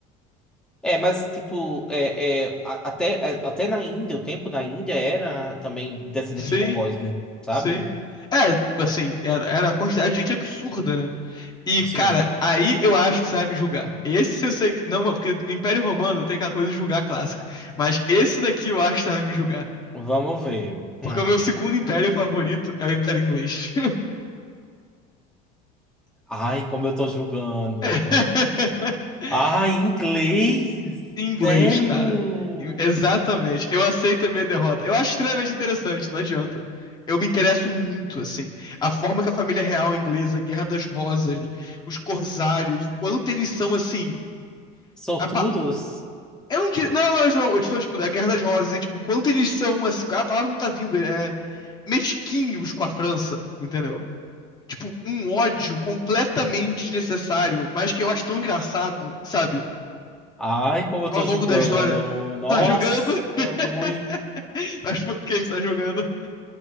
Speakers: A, in the centre; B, on the left.
A: É, mas tipo, é, é, a- até, a- até na Índia, o tempo da Índia era também descendente
B: Sim,
A: de mongóis, sabe?
B: sim. É, assim, era, era a quantidade de gente absurda, né? E,
A: Sim,
B: cara, aí eu acho que você vai me julgar. Esse eu sei que. Não, porque Império Romano tem aquela coisa de julgar clássico. Mas esse daqui eu acho que você vai me julgar.
A: vamos ver.
B: Porque
A: Hum.
B: o meu segundo império favorito é o Império Inglês.
A: Ai, como eu tô julgando.
B: <laughs>
A: Ai, inglês!
B: Em Inglês,
A: Sério?
B: cara. Em- Exatamente. Eu aceito a minha derrota. Eu acho extremamente interessante, não adianta. Eu me interesso muito, assim. A forma que a família real inglesa, Guerra das Rosas, os corsários, o quanto eles são, assim.
A: Sortudos?
B: a pa- Eu não diria. Não, não, isso não. Eu estou, tipo, da Guerra das Rosas, e, tipo, o quanto eles são, assim. A palavra não tá vindo. É mesquinhos com a França, entendeu? Tipo, um ódio completamente desnecessário, mas que eu acho tão engraçado, sabe?
A: Ai, como eu
B: ao
A: tô
B: longo
A: julgando.
B: da história,
A: Nossa,
B: tá julgando, <laughs>
A: muito.
B: mas por que que tá julgando?